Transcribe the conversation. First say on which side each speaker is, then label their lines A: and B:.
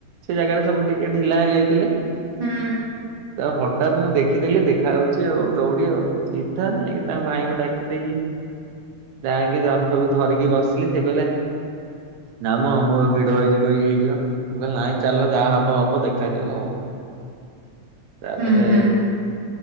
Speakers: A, on the right; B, on the right.
A: ସେ ଜାଗାରେ ସବୁ ଟିକିଏ ଢିଲା ହେଇଯାଇଥିଲା
B: ହୁଁ।
A: ତା ହଠାତ ମୁଁ ଦେଖିଦେଲି ଦେଖାଯାଉଛି ଆଉ ଦୌଡି ଆଉ ସିଧା ଯାଇକି ତା ମାଇଁଙ୍କୁ ଡାକି ଦେଇକି ଯାଇକି ରଥକୁ ଧରିକି ବସିଲି ସେକହିଲା। ନାଁମ ଆମ ଭିଡ ହେଇଯିବ ଇଏ ହେଇଯିବ କହିଲେ ନାଇଁ ଚାଲ ଯାହା ହବ ହବ ଦେଖାଯିବ ଆଉ। ତାପରେ
B: ହୁଁ ହୁଁ।